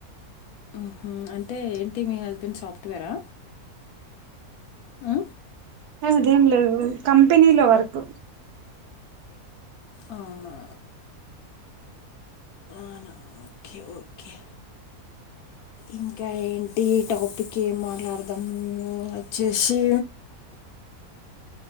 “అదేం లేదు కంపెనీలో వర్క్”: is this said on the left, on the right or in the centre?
Right